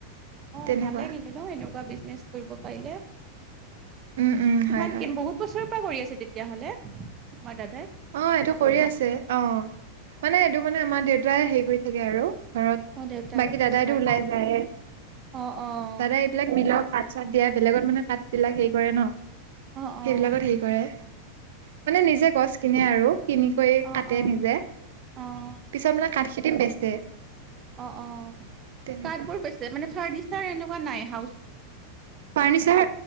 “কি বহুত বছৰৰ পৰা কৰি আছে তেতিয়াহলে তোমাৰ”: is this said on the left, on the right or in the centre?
Right